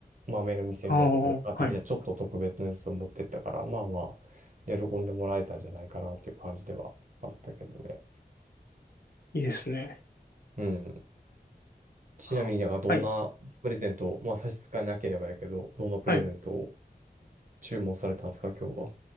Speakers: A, on the right (about 50°); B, on the left (about 65°).
A: 豆の店みたいなところで買ってきた、
B: ああ、はい。
A: ちょっと特別なやつを持ってったから、まあまあ、喜んでもらえたんじゃないかなっていう感じではあったけどね。
B: いいですね。
A: うんちなみに、
B: ははい。
A: なんかどんなプレゼント、まあ差し支えなければやけど、どんなプレゼントを
B: はい。
A: 注文されたんですか、今日は。